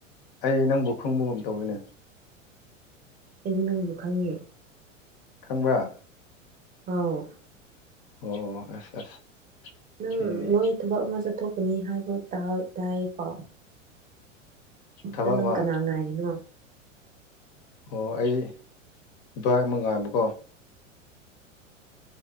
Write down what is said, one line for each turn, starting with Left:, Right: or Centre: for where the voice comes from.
Left: ꯑꯩ ꯅꯪꯕꯨ ꯈꯪꯕꯒꯨꯝ ꯇꯧꯋꯤꯅꯦ
Right: ꯑꯩꯗꯤ ꯅꯪꯕꯨ ꯈꯪꯉꯦ
Left: ꯈꯪꯕ꯭ꯔꯥ
Right: ꯑꯥꯎ
Left: ꯑꯣ ꯑꯁ ꯑꯁ
Right: ꯅꯪ
Left: ꯑꯩꯗꯤ
Right: ꯅꯣꯏ ꯊꯕꯛ ꯑꯃ ꯆꯠꯊꯣꯛꯀꯅꯤ ꯍꯥꯏꯕ ꯇꯥꯎ ꯇꯥꯏꯌꯦ ꯄꯥꯎ
Left: ꯊꯕꯛ
Right: ꯑꯗꯨ ꯅꯪ
Left: ꯑꯃ
Right: ꯀꯅꯥ ꯉꯥꯏꯔꯤꯅꯣ
Left: ꯑꯣ ꯑꯩ ꯏꯕꯥꯏ ꯑꯃ ꯉꯥꯏꯕꯀꯣ